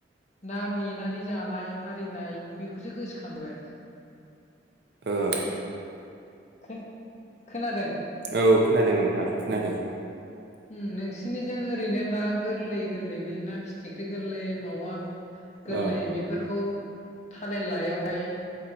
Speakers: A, on the left; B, on the right.
A: ना मेनानै जानाय आरिनाय बेखौसो गोसोखांहैबाय
B: ओ
A: खोन खोनादों
B: औ खोनादों नोंथां खोनादों
A: ओम नोंसिनिजों ओरैनो ना गोरलै गोरलै बे ना फिथिख्रि गोरलै मावा गोरलै
B: औ
A: बेफोरखौ थालिर लायावहाय